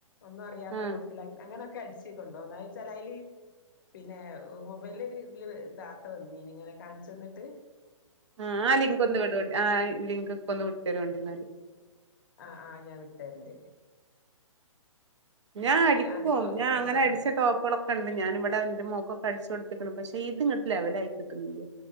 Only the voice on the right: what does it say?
ആഹ്
ആ ആ ലിങ്ക് ഒന്ന് വി ടൊ ആ ലിങ്ക് ഒക്കഒന്ന് വിട്ട്ത്തരേണ്ടി ന്നാൽ
ഞാൻ അടിക്കും
ഞാൻ
അങ്ങനെ അടിച്ച ടോപ്പുകളൊക്കെ ഉണ്ട്ഞൻ ഇവിടെ എന്റെമോക്കൊക്കെഅടിച്ച കൊടുത്തിക്ക്ണ് പക്ഷെ ഇത്ങ്ങട്ട്ലെവലആയിട്ട്ല്ല